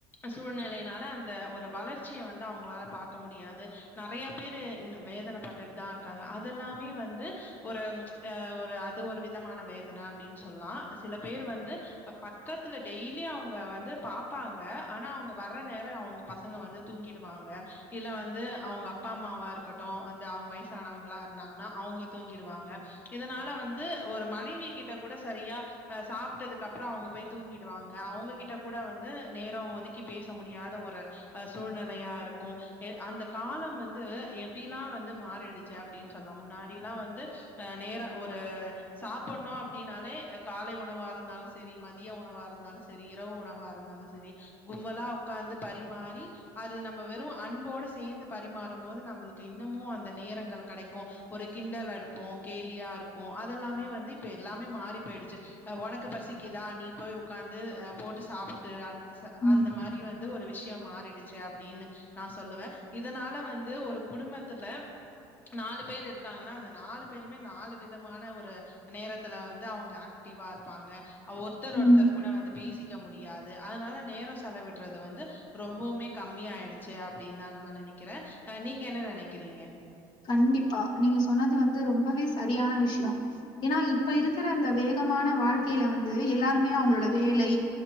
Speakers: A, on the left (about 15°); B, on the left (about 45°).
A: சூழ்நிலையினால அந்த ஒரு வளர்ச்சிய வந்து அவங்களால பாக்க முடியாது நறைய பேரு வேதன பட்டுட்டு தான் இருக்காங்க அதுல்லாமே வந்து ஒரு அ ஒரு அது ஒரு விதமான வேதன அப்டின்னு சொல்லலாம் சில பேர் வந்து பக்கத்துல டெய்லி அவுங்க வந்து பாப்பாங்க ஆனா அவுங்க வர்ர நேரோ அவுங் பசங்க வந்து தூங்கிடுவாங்க இல்ல வந்து அவங்க அப்பா அம்மாவா இருக்கட்டும் அந்த அவங்க வயசானவங்களா நா நா அவுங்க தூங்கிடுவாங்க இதனால வந்து ஒரு மனைவி கிட்ட கூட சரியா ப சாப்ட்டதுக்கப்றோ அவுங்க போய் தூங்கிடுவாங்க அவுங்ககிட்ட கூட வந்து நேரோ ஒதுக்கி பேச முடியாத ஒரு அ சூழ்நிலையா இருக்கும் அந்த காலம் வந்து எப்டிலாம் வந்து மாறிடு ச்சு அப்டின்னு சொல்லலாம் முன்னாடில்லாம் வந்து அ நேரம் ஒரு சாப்பிடணும் அப்டின்னாலே காலை உணவா இருந்தாலும் சேரி மதிய உணவா இருந்தாலும் சேரி இரவு உணவா இருந்தாலும் சேரி கும்மலா ஒக்காந்து பரிமாறி அது நம்ம வெறும் அன்போட சேந்து பரிமாறும் போது நம்மளுக்கு இன்னமும் அந்த நேரங்கள் கடைக்கும் ஒரு கிண்டல் அடுப்போ கேலியா இருக்கு அதெல்லாமே வந்து இப்ப எல்லாமே மாறி போய்டுச்சி அ ஒனக்கு பசிக்குதா நீ போய் உக்காந்து அ போட்டு சாப்டு அந் ச
B: ம்
A: அந்த மாரி இவ வந்து ஒரு விஷயம் மாறிடுச்சு அப்டின்னு நான் சொல்லுவேன் இதனால வந்து ஒரு குடும்பத்துல நாலு பேர் இருக்காங்கன்னா அந்த நாலு பேருமே நாலு விதமான ஒரு நேரத்துல வந்து அவுங்க ஆக்டிவா இருப்பாங்க ஒருத்தர ஒருத்தர்
B: ம்
A: கூட வந்து பேசிக்க முடியாது அதனால நேரம் செலவிடுறது வந்து ரொம்பவுமே கம்மியாயிடுச்சு அப்டின்னு தா நா நினைக்கிறேன் அ நீங்க என்ன நினைக்கிறீங்க
B: கண்டிப்பா நீங்க சொன்னது வந்து ரொம்பவே சரியான விஷயம் ஏனா இப்ப இருக்கிற அந்த வேகமான வாழ்க்கைல வந்து எல்லாருமே அவுங்ளோட வேலை